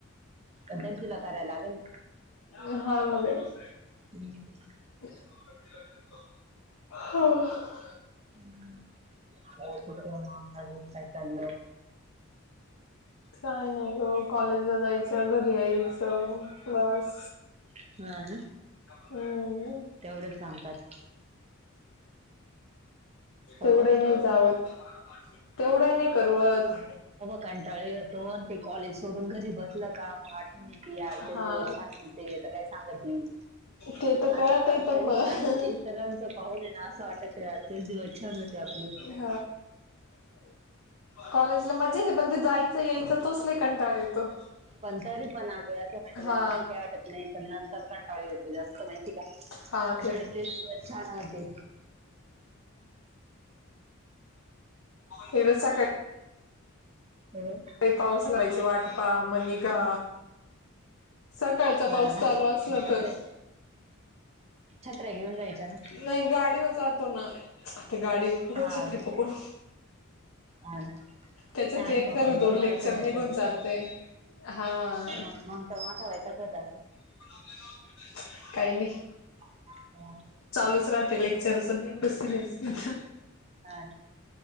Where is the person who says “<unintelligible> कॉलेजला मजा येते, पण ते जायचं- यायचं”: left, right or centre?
Left